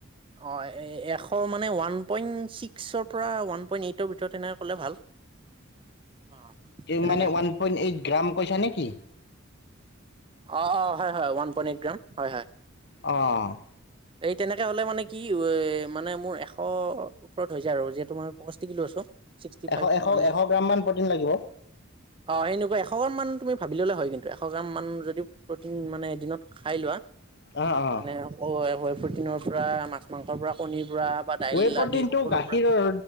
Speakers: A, on the right; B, on the left.
A: অ, এ এশ মানে ওৱান পইন্ট ছিক্সৰ পৰা ওৱান পইণ্ট, এইটৰ ভিতৰত সেনেকে ক'লে ভাল। অ তেনেকে
B: মানে ওৱান পইণ্ট, এইট গ্ৰাম কৈছা নেকি?
A: অ, অ, হয় হয় ওৱান পইন্ট, এইট গ্ৰাম হয়, হয়।
B: অ,।
A: এই তেনেকে হ'লে মানে কি? এ! মানে মোৰ এশৰ ওপৰত হৈ যায় আৰু যিহেতু মই পয়ষষ্ঠি কিলো আছো। চিক্সটি
B: এশ
A: ফাইভ
B: এশ
A: মানে
B: এশ গ্ৰামমান প্ৰটিন লাগিব
A: অ, সেনেকুৱা এশগ্ৰাম মান তুমি ভা বিললে হয় কিন্তু এশ গ্ৰাম মান যদি প্ৰ'টিন মানে এদিনত খাই লোৱা।
B: অঁ অঁ
A: মানে প্ৰ'টিনৰ পৰা মাছ, মাংসৰ পৰা কণীৰ পৰা বা দাইল
B: ৱে প্ৰটিনটো
A: আদি সকলো
B: গাখীৰৰ
A: পৰা।